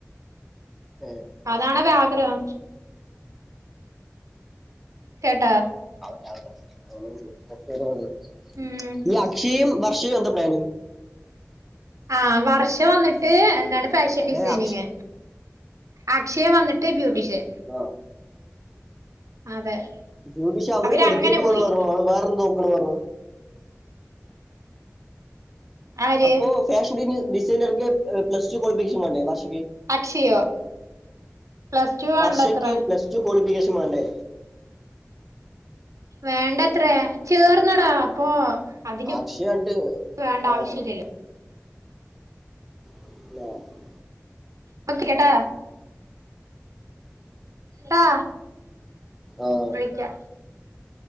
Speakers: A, in the centre; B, on the right.
A: ഏഹ്
B: അതാണവ ആഗ്രഹം കേട്ടാ
A: <unintelligible>
B: ഉം
A: ഈ അക്ഷിയും വർഷയു എന്താ പ്ലാന്
B: ആഹ് വർഷ വന്നിട്ട് എന്താണ് ഫാഷൻ ഡിസൈനിങ്
A: ഏഹ് അക്ഷ
B: അക്ഷയ വന്നിട്ട് ബ്യൂട്ടീഷൻ
A: ആഹ്
B: അതെ
A: ബ്യൂട്ടിഷൻ അവള്
B: അവരങ്ങനെ
A: വെറുതെ പോവാന്ന്
B: പോയി
A: പർഞ്ഞു വേറെന്ന് നോക്കാണ് പർഞ്ഞു
B: ആര്
A: അപ്പോ ഫാഷ <unintelligible> ഡിസൈനർക്ക് പ്ലസ് ടു ക്വാളിഫിക്കേഷൻ വേണ്ടേ വർഷ്
B: അക്ഷയോ പ്ലസ് ടു വേണ്ടത്രേ
A: വർഷക്ക് പ്ലസ് ടു ക്വാളിഫിക്കേഷൻ വേണ്ടേ
B: വേണ്ടത്രേ
A: ഏഹ്
B: ചേർന്നെടാ പോ അതിന്
A: അക്ഷയായിട്ട്
B: വേണ്ട
A: ആഹ്
B: ആവശ്യല്ല്യല്ലോ
A: <unintelligible>
B: വക്കെട്ടാ ട്ടാ
A: ആഹ്
B: വിളിക്ക